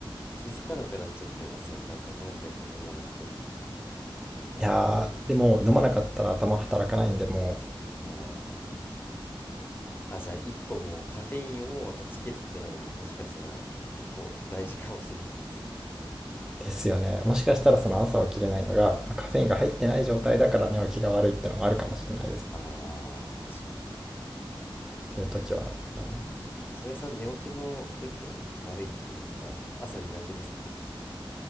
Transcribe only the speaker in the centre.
いやー、でも飲まなかったら頭働かないんで、も
う、ですよね。もしかしたらその朝起きれないのが、まあ、カフェインが入ってない状態だから寝起きが悪いってのもあるかもしれないですもんね。
寝てるときは。うん、